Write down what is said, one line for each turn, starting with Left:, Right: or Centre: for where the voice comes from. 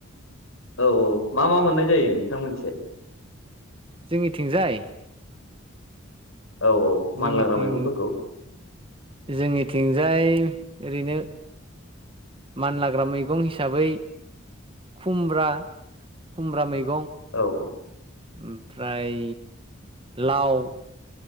Left: औ औ मा मा मोननाय जायो नोंथांमोननिथिंजाय?
Right: जोंनिथिंजाय
Left: औ औ मानलाग्रा
Right: जोंनिथिं
Left: मैगंफोरखौ
Right: जोंनिथिंजाय ओरैनो मानलाग्रा मैगं हिसाबै खुमब्रा खुमब्रा मैगं
Left: औ औ
Right: ओमफ्राय लाव